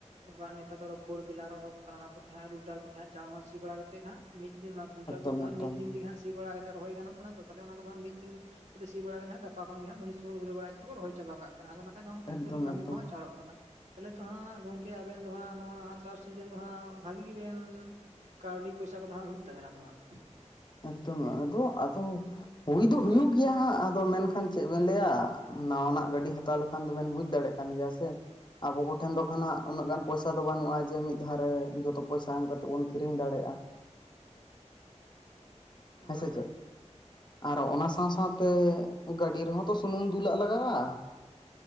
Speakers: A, on the right (about 70°); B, on the left (about 40°).
A: ᱚᱱᱠᱟᱱ ᱱᱮᱛᱟᱨ ᱫᱚ ᱯᱷᱳᱨ ᱵᱮᱞᱟ ᱚᱰᱳᱠ ᱠᱟᱱᱟ ᱚᱱᱟ ᱠᱚᱛᱮ ᱦᱟᱸᱜ ᱞᱩᱴᱟᱨ ᱠᱚᱛᱮ ᱟᱸᱜ ᱪᱟᱲ ᱢᱟᱨᱟᱨᱥᱤ ᱵᱟᱲᱟ ᱠᱟ ᱠᱟᱛᱮᱫ ᱦᱟᱸᱜ ᱢᱤᱫ ᱫᱤᱱ ᱚᱱᱟ ᱠᱩᱱᱴᱟᱞ
B: ᱮᱠᱫᱚᱢ
A: ᱠᱚᱫᱚ ᱛᱟᱦᱟᱜ
B: ᱮᱠᱫᱚᱢ
A: ᱢᱤᱫ ᱫᱤᱱ ᱛᱮᱜᱮ ᱦᱟᱜ ᱥᱤ ᱵᱟᱲᱟ ᱠᱟᱛᱮᱫ ᱨᱚᱦᱚᱭ ᱜᱟᱱᱚᱜ ᱠᱟᱱᱟ ᱛᱚ ᱛᱟᱦᱚᱞᱮ ᱚᱱᱟ ᱠᱚᱫᱚ ᱦᱟᱸᱜ ᱢᱤᱫ ᱫᱤᱱ ᱥᱤ ᱵᱟᱲᱟ ᱠᱟᱛᱮ ᱦᱟᱸᱜ ᱜᱮ ᱜᱟᱯᱟ ᱠᱷᱚᱱ ᱜᱮ ᱢᱩᱱᱤᱥ ᱠᱚ ᱫᱷᱩᱨᱟᱣ ᱵᱟᱲᱟ ᱠᱟᱛᱮ ᱨᱚᱦᱚᱭ ᱪᱟᱵᱟ ᱠᱟᱜ ᱟᱫᱚ ᱱᱟ ᱠᱷᱟᱡ ᱫᱚ ᱜᱚᱢᱠᱮ
B: ᱮᱠᱫᱚᱢ
A: ᱮᱠᱴᱩ ᱦᱚᱞᱮ ᱠᱟᱹᱢᱤ
B: ᱮᱠᱫᱚᱢ
A: ᱠᱚᱦᱚᱸ ᱪᱟᱞᱚᱜ ᱠᱟᱱᱟ ᱛᱟᱦᱚᱞᱮ ᱛᱚ ᱦᱟᱸᱜ ᱜᱚᱝᱠᱮ ᱟᱵᱮᱱ ᱫᱚ ᱦᱟᱸᱜ ᱱᱚᱣᱟ ᱪᱟᱥ ᱥᱤᱡᱤᱱ ᱫᱚ ᱦᱟᱸᱜ ᱵᱷᱟᱜᱮ ᱜᱮᱵᱤᱱ ᱠᱟᱹᱣᱰᱤ ᱯᱚᱭᱥᱟ ᱠᱚᱫᱚ ᱦᱟᱜ ᱦᱩᱭᱩᱜ ᱛᱟᱵᱮᱱᱟ ᱛᱚ ᱦᱟᱸᱜ
B: ᱮᱠᱫᱚᱢ ᱟᱫᱚ ᱟᱫᱚ ᱦᱩᱭ ᱫᱚ ᱦᱩᱭᱩᱜ ᱜᱮᱭᱟ ᱦᱟᱸᱜ ᱟᱫᱚ ᱢᱮᱱᱠᱷᱟᱱ ᱪᱮᱫ ᱵᱤᱱ ᱞᱟᱹᱭᱟ ᱱᱟᱣᱟ ᱱᱟᱜ ᱜᱟᱹᱰᱤ ᱦᱟᱛᱟᱣ ᱞᱮᱠᱷᱟᱱ ᱫᱚᱵᱮᱱ ᱵᱩᱡᱽ ᱫᱟᱲᱮᱭᱟᱜ ᱠᱟᱱ ᱜᱮᱭᱟ ᱥᱮ ᱟᱵᱚ ᱠᱚᱴᱷᱮᱱ ᱫᱚ ᱠᱷᱚᱱᱟᱜ ᱩᱱᱟᱹᱜ ᱜᱟᱱ ᱯᱚᱭᱥᱟ ᱫᱚ ᱵᱟᱹᱱᱩᱜᱼᱟ ᱡᱮ ᱢᱤᱫ ᱫᱷᱟᱨᱮ ᱨᱮ ᱡᱚᱛᱚ ᱯᱚᱭᱥᱟ ᱮᱢ ᱠᱟᱛᱮᱫ ᱵᱚᱱ ᱠᱤᱨᱤᱧ ᱫᱟᱲᱮᱭᱟᱜᱼᱟ ᱦᱮᱸ
A: ᱦᱳᱭ
B: ᱥᱮ ᱪᱮᱫ?
A: ᱦᱳᱭ
B: ᱟᱨ ᱚᱱᱟ ᱥᱟᱶ ᱥᱟᱶᱛᱮ ᱜᱟᱹᱰᱤ ᱨᱮᱦᱚᱸ ᱛᱚ ᱥᱩᱱᱩᱢ ᱫᱩᱞᱟᱜ ᱞᱟᱜᱟᱜᱼᱟ